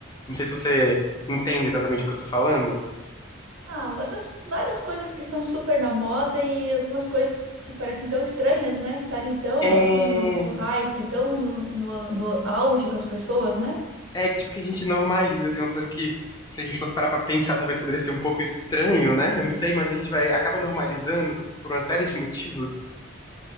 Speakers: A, on the left; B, on the right.
A: Não sei se você entende exatamente o que eu tô falando.
B: Ah, essas várias coisas que estão super na moda e algumas coisas que parecem tão estranhas, né? Estarem tão
A: É,
B: assim no, no hype, tão no, no, no auge com as pessoas, né?
A: é que tipo que a gente normaliza assim uma coisa que se a gente fosse parar pra pensar talvez poderia ser um pouco estranho, né? Eu não sei, mas a gente vai acaba normalizando por uma série de motivos